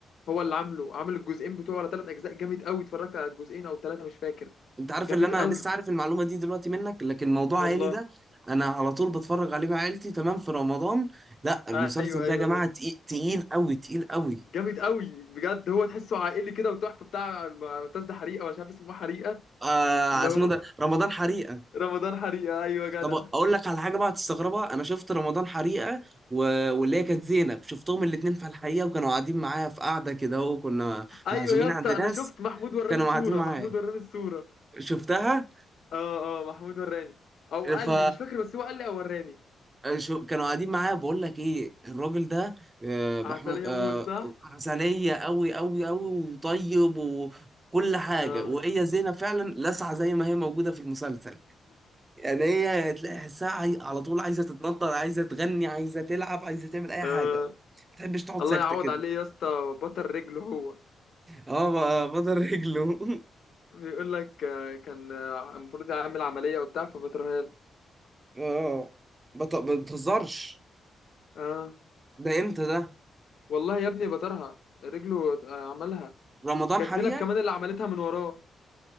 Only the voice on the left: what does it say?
هو اللي عامله عامل الجزئين بتوعه ولا ثلاث اجزاء جامد قوي اتفرجت على الجزئين او ثلاثه مش فاكر
جامد
قوي
والله
ايوه
ايوه
هو.
جامد قوي بجد هو تحسه عائلي كده وتحفه بتاع معتز ده حريقه ولا مش عارف اسمه حريقه
اللي
هو
رمضان حريقه ايوه يا
جدع
ايوه
يا اسطى
انا
شفت محمود وراني
الصوره
محمود وراني الصوره
اه اه محمود وراني او قال
لي مش فاكر بس هو قال لي او وراني
عسليه
موت صح
اه
<laughs>
الله
يعوض
عليه يا اسطى بطل رجله هو
بيقول لك آه، كان آه، المفروض يعمل عملية وبتاع فبترها له
اه
والله يا ابني بطرها رجله آه، عملها
كانت
زينب كمان اللي عملتها من وراه